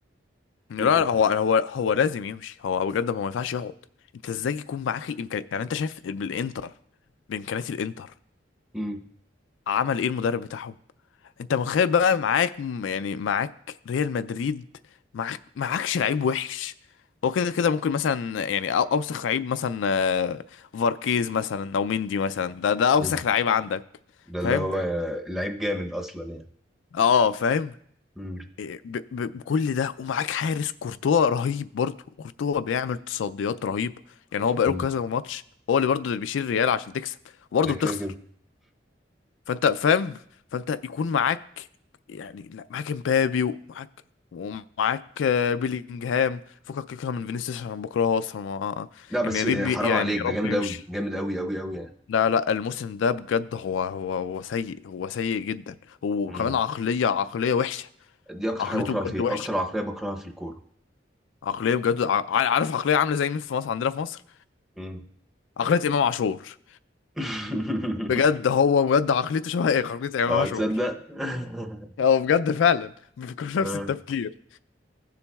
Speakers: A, on the left; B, in the centre.
A: لا
B: يمشي.
A: لا هو هو هو لازم يمشي هو بجد هو ما ينفعش يقعد انت ازاي يكون معاك الامكانيات يعني انت شايف بالانتر بامكانيات الانتر
B: مم.
A: عمل ايه المدرب بتاعهم انت متخيل بقى معاك م- يعني معاك ريال مدريد معاك معاكش لعيب وحش هو كده كده ممكن مثلا يعني أو- اوسخ لعيب مثلا آه، فاركيز مثلا او مندي مثلا ده ده اوسخ
B: مم.
A: لعيب عندك
B: ده
A: فاهم
B: اللي هو لعيب جامد اصلا يعني
A: اه فاهم
B: مم.
A: إيه، ب- ب- بكل ده ومعاك حارس كورتوا رهيب برضه كورتوا بيعمل تصديات رهيبة يعني هو بقاله
B: مم.
A: كذا ماتش هو اللي برضه اللي بيشيل الريال عشان تكسب وبرضه
B: ده كده
A: بتخسر
B: كده
A: فانت فاهم فانت يكون معاك يعني لا معاك امبابي ومعاك ومعاك آه، بيلينجهام فكك كده من فينيسيوس عشان أنا بكرهه اصلا ما
B: لا بس
A: يعني يا رب
B: حرام
A: يعني
B: عليك
A: يا رب
B: ده جامد
A: يمشي
B: قوي جامد قوي قوي قوي يعني
A: لا لا الموسم ده بجد هو هو هو سيء هو سيء جدا وكمان
B: مم.
A: عقلية عقلية وحشة
B: دي اكتر
A: عقليته
B: حاجة بكرهها
A: بجد
B: فيه
A: وحشة
B: اكتر عقلية بكرهها في الكورة
A: عقلية بجد ع- عارف عقلية عاملة زي مين في مصر عندنا في مصر
B: مم.
A: عقلية إمام عاشور
B: <laughs>
A: بجد هو بجد عقليته شبه ايه عقلية إمام
B: اه
A: عاشور
B: تصدق <laughs>
A: هو بجد فعلا بيفكر نفس
B: اه
A: التفكير